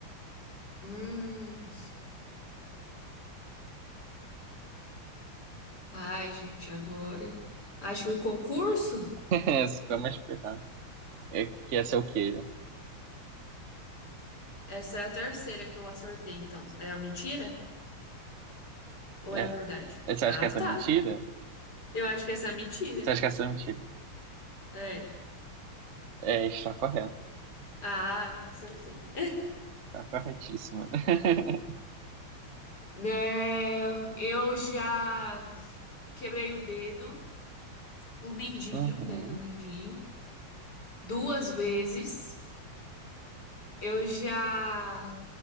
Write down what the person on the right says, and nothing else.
<laughs> Essa foi mais pegar. É, que essa é o quê?
É,
Você
acha que essa
é mentira?
Você acha que essa é mentira?
É, está correto.
Está corretíssima. <laughs>
Uhum.